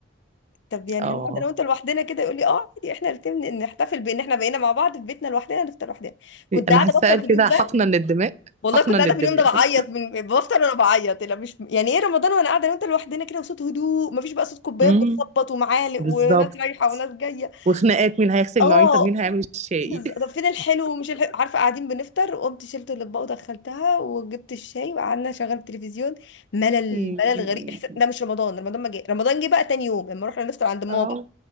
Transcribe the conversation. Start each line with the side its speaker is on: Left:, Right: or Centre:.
Left: طب يعني
Right: اه
Left: هنقعد انا وانت لوحدنا كده يقول لي اه عادي احنا الاثنين نحتفل بان احنا بقينا مع بعض في بيتنا لوحدنا نفطر لوحدنا كنت
Right: أنا
Left: قاعده
Right: حاسة
Left: بفطر
Right: كده
Left: في اليوم ده
Right: حقنا للدماء
Left: والله
Right: حقنا
Left: كنت قاعده
Right: للدماء
Left: في اليوم ده بعيط
Right: صح؟
Left: من بفطر وانا بعيط لا مش يعني ايه رمضان وانا قاعده انا وانت لوحدنا كده وصوت هدوء مفيش بقى صوت كوبايات
Right: امم
Left: بتخبط ومعالق
Right: بالظبط
Left: وناس رايحه وناس جايه
Right: وخناقات مين هيغسل المواعين
Left: اه
Right: طب مين هيعمل الشاي
Left: بز-
Right: <laughs>
Left: طب فين الحلو ومش الحلو عارفه قاعدين بنفطر وقمت شلت الاطباق ودخلتها وجبت الشاي وقعدنا شغلت التلفزيون ملل
Right: أمم.
Left: ملل غريب احساس ده مش رمضان رمضان ما جه رمضان جه بقى تاني يوم لما رحنا نفطر عند ماما
Right: اه